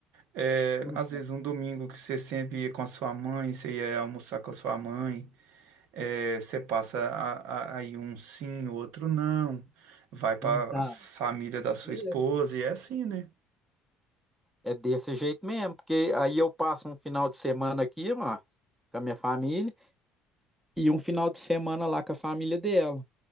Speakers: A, on the right (about 70°); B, in the centre.
A: É,
B: Sim,
A: às vezes um domingo que você sempre ia com a sua mãe, você ia almoçar com a sua mãe, é, você passa a- a- aí um sim, outro não, vai para
B: sim, tá.
A: a família da sua
B: Mesmo.
A: esposa, e é assim, né?
B: É desse jeito mesmo, porque aí eu passo um final de semana aqui, ó, com a minha família, e um final de semana lá com a família dela.